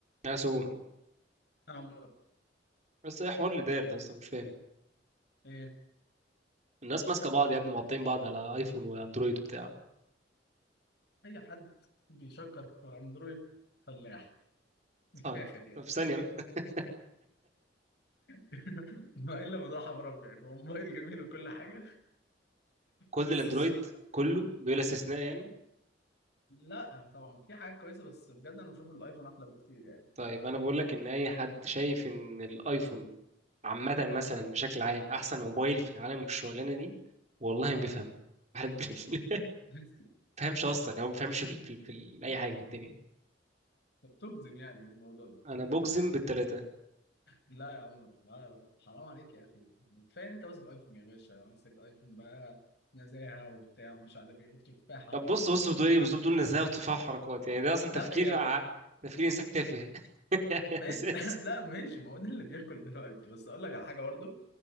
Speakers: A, on the right; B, on the left.
A: مقسوم
B: يا عمورة
A: بس ايه حوار اللي داير ده اصلا مش فاهم
B: ايه
A: الناس ماسكه بعض يا ابني مقطعين بعض على ايفون واندرويد وبتاع
B: اي حد بيشكر في اندرويد فلاح من
A: طيب
B: الاخر يعني
A: في ثانيه <laughs>
B: <laughs> ما الا مدرعة برب يعني هو موبايل جميل وكل حاجه
A: كل
B: <laughs> بس
A: الاندرويد
B: ش-
A: كله بلا استثناء يعني
B: لا طبعا في حاجات كويسه بس بجد انا بشوف الايفون احلى بكتير يعني
A: طيب انا بقول لك ان اي حد شايف ان الايفون عامه مثلا
B: اه
A: بشكل عام احسن موبايل في العالم والشغلانه دي والله
B: اه
A: ما بيفهم واحد <laughs> ما
B: <laughs>
A: بيفهمش اصلا يعني هو ما بيفهمش في, ال- في, ال- في ال- اي حاجه في الدنيا
B: بتجزم يعني بالموضوع ده
A: انا بجزم بالثلاثه
B: لا يا عمر لا لا، حرام عليك يا اخي كفايه ان انت ماسك ايفون يا باشا ماسك ايفون بقى نزاهه وبتاع ومش عارف ايه وتفاحه
A: طب
B: وحركات
A: بص بص بتقول ايه بص بتقول نزاهه وتفاح حركات يعني ده اصلا
B: <laughs>
A: تفكير
B: لا يا
A: ع... تفكير انسان تافه <laughs>
B: ما...
A: اساسي
B: <laughs> لا ماشي ما هو ده اللي بياكل دلوقتي بس اقول لك على حاجه برضو